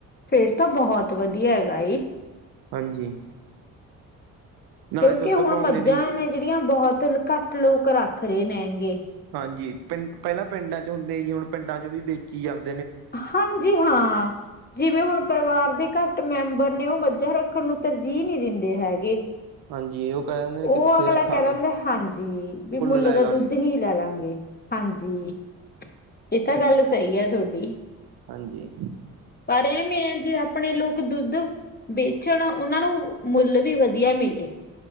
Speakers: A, on the left; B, on the right.
A: ਫੇਰ ਤਾਂ ਬਹੁਤ ਵਧੀਆ ਹੈਗਾ
B: ਹਾਂਜੀ। ਨਾਲੇ
A: ਕਿਉਂਕਿ
B: ਦੁੱਧ
A: ਹੁਣ
B: ਪਾਉਂਦੇ
A: ਮੱਝਾਂ
B: ਜੀ
A: ਨੇ ਜਿਹੜੀਆਂ ਬਹੁਤ ਘੱਟ ਲੋਕ ਰੱਖ ਰਹੇ ਨੇ ਹੈਂਗੇ।
B: ਹਾਂਜੀ ਪਿੰਡ, ਪਹਿਲਾਂ ਪਿੰਡਾਂ ਚ ਹੁੰਦੇ ਜੀ ਹੁਣ ਪਿੰਡਾਂ ਚ ਵੀ ਬੇਚੀ ਜਾਨ
A: ਹਾਂਜੀ ਹਾਂ। ਜਿਵੇਂ ਹੁਣ ਪਰਿਵਾਰ ਦੇ ਘੱਟ ਮੈਂਬਰ ਨੇ। ਉਹ ਮੱਝਾਂ ਰੱਖਣ ਨੂੰ ਤਰਜੀਹ ਨਹੀਂ ਦਿੰਦੇ ਹੈਗੇ।
B: ਹਾਂਜੀ ਉਹ ਕਹਿ ਦਿੰਦੇ ਨੇ
A: ਉਹ
B: ਕਿੱਥੇ
A: ਅਗਲਾ
B: ਰੱਖਾਂਗੇ
A: ਕਹਿ ਦਿੰਦਾ ਹਾਂਜੀ ਵੀ ਮੁੱਲ
B: ਲੈ
A: ਦਾ
B: ਲਾਂਗੇ
A: ਦੁੱਧ ਹੀ ਲੈ ਲਾਂਗੇ। ਹਾਂਜੀ।
B: <inaudible>
A: ਇਹ ਤਾਂ ਗੱਲ ਸਹੀ ਹੈ ਥੋਡੀ।
B: ਹਾਂਜੀ।
A: ਪਰ ਐ ਵੈ ਜੇ ਆਪਣੇ ਲੋਕ ਦੁੱਧ ਬੇਚਣ ਉਹਨਾਂ ਨੂੰ ਮੁੱਲ ਵੀ ਵਧੀਆ ਮਿਲੇ। <inaudible>